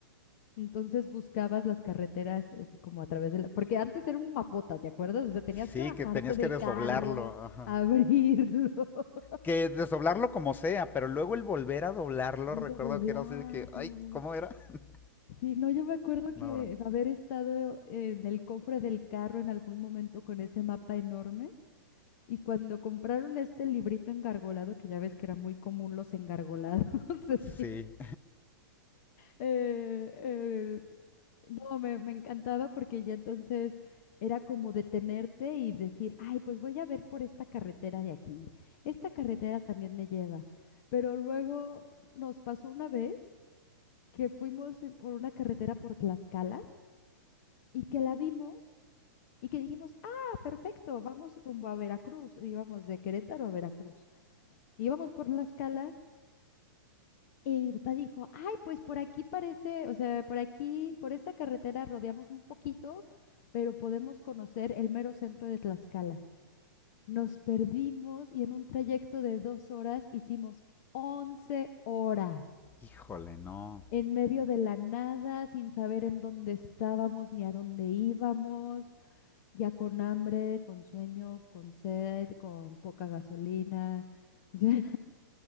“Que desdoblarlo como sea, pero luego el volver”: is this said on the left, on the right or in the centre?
Left